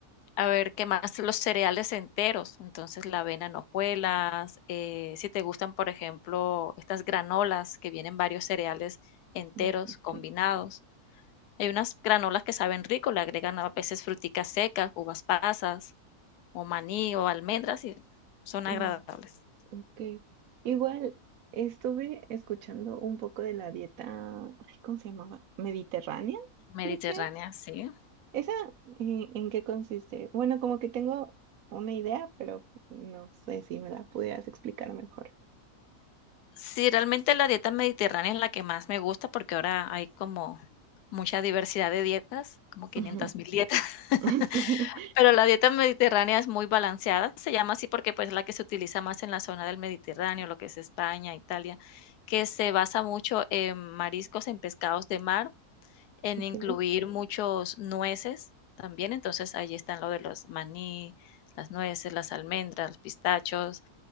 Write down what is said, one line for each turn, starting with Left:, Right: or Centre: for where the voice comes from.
Left: a ver, ¿qué más? Los cereales enteros, entonces la avena en hojuelas, eh, si te gustan, por ejemplo, estas granolas que vienen varios cereales enteros
Right: mm, ok,
Left: combinados. Hay unas granolas que saben rico, le agregan a veces fruticas secas, uvas pasas, o maní, o almendras, y son
Right: mm,
Left: agradables.
Right: ok. Igual estuve escuchando un poco de la dieta, ay, ¿cómo se llamaba? Mediterránea,
Left: Mediterránea,
Right: creo que es.
Left: sí.
Right: ¿Esa eh, en qué consiste? Bueno, como que tengo una idea, pero no sé si me la pudieras explicar mejor.
Left: Sí, realmente la dieta mediterránea es la que más me gusta porque ahora hay como mucha diversidad de dietas, como 500
Right: Ujú.
Left: mil dietas, <laughs>
Right: <laughs> Sí.
Left: pero la dieta mediterránea es muy balanceada, se llama así porque pues es la que se utiliza más en la zona del Mediterráneo, lo que es España, Italia, que se basa mucho en mariscos, en pescados de mar, en
Right: Ok,
Left: incluir muchos nueces también, entonces ahí están lo de los maní, las nueces, las almendras, los pistachos,